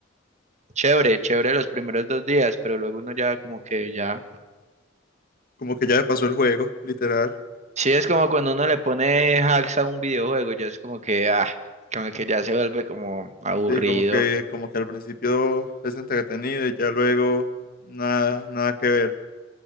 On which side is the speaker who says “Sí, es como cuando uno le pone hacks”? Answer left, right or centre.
Right